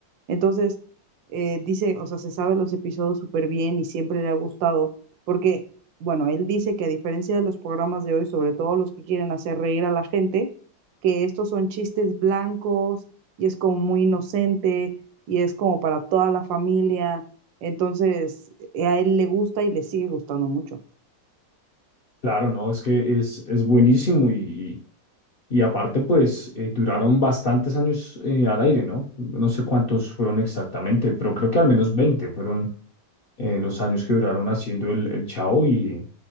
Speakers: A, on the right; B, on the left.
A: Entonces, eh, dice, o sea, se sabe los episodios súper bien y siempre le ha gustado, porque, bueno, él dice que a diferencia de los programas de hoy, sobre todo los que quieren hacer reír a la gente, que estos son chistes blancos y es como muy inocente y es como para toda la familia entonces, eh, a él le gusta y le sigue gustando mucho.
B: Claro, no, es que es, es buenísimo y, Y aparte, pues eh, duraron bastantes años eh, al aire, ¿no? No sé cuántos fueron exactamente, pero creo que al menos 20 fueron eh, los años que duraron haciendo el, el Chavo y,